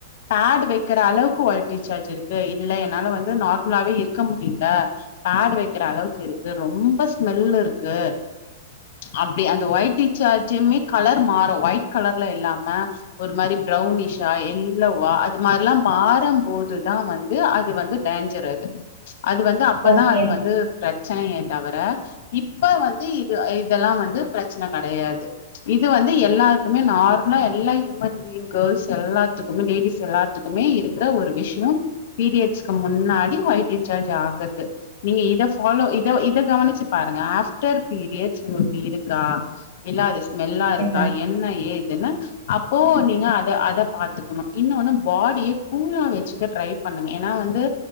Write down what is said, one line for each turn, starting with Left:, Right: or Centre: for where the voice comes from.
Left: பேட் வைக்கிற அளவுக்கு ஒய்ட் டிசார்ஜ்ருக்கு இல்ல என்னால வந்து நார்மலாவே இருக்க முடி ல பேடு வைக்கிற அளவுக்கு இருக்கு ரொம்ப ஸ்மெல்லு இருக்கு அப்டி அந்த ஒயிட் டிஸ்சார்ஜுமே கலர் மாறு ஒயிட் கலர்ல இல்லாம ஒரு மாரி பிரௌனிஷா எல்லோவா அது மாரிலா மாறுபோதுதா வந்து அது வந்து டேஞ்சர் அது அது வந்து அப்பதா
Right: ஓகே
Left: அது வந்து பிரச்சனயே தவிர இப்ப வந்து இது இதெல்லா வந்து பிரச்சன கெடையாது இது வந்து எல்லாருக்குமே நார்மலா எல்லா ஹியூமன் பீங் கேர்ள்ஸ் எல்லாத்துக்குமே லேடிஸ் எல்லா த்துக்குமே இருக்குற ஒரு விஷியோ பீரியட்ஸ்க்கு முன்னாடி ஒய்ட் டிசார்ஜ் ஆக்ரது நீங்க இத ஃபாலோ இத இத கவனிச்சு பாருங்க ஆப்டர் பீரியட்ஸ் உங்களுக்கு இருக்கா இல்ல அது ஸ்மெல்லா
Right: ஓகே
Left: இருக்கா
Right: மேம்
Left: என்ன ஏதுன்னு அப்போ நீங்க அத அத பாத்துக்கணு இன்னொன்னு பாடிய கூலா வச்சு க்க ட்ரை பண்ணுங்க ஏனா வந்து